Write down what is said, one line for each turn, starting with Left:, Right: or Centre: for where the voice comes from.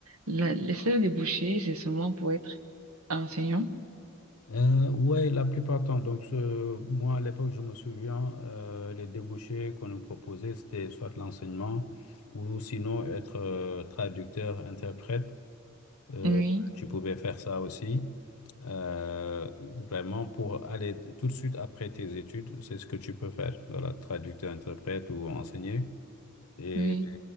Right: la, les seuls débouchés, c'est seulement pour être enseignant.
Left: Euh, ouais, la plupart du temps. Donc, ce- moi, à l'époque, je me souviens, euh, les débouchés qu'on nous proposait, c'était soit l'enseignement ou sinon être euh, traducteur, interprète. Euh,
Right: Oui,
Left: tu pouvais faire ça aussi. Euh, vraiment, pour aller tout de suite après tes études, c'est ce que tu peux faire. Voilà, traducteur, interprète ou enseigner. Et,
Right: oui,